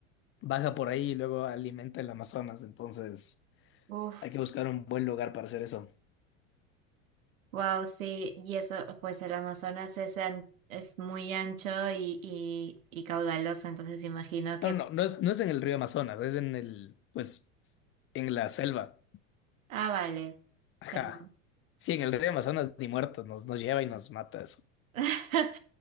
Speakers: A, on the left; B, on the right.
A: baja por ahí y luego alimenta el Amazonas, entonces
B: Uf,
A: hay que buscar un buen lugar para hacer eso.
B: wow, sí. Y eso, pues el Amazonas es, an- es muy ancho y, y, y caudaloso, entonces imagino que.
A: No, no, no es, no es en el río Amazonas, es en el, pues, en la selva.
B: Ah, vale.
A: Ajá.
B: Perdón.
A: Sí, en el río Amazonas ni muertos nos, nos lleva y nos mata eso.
B: <laughs>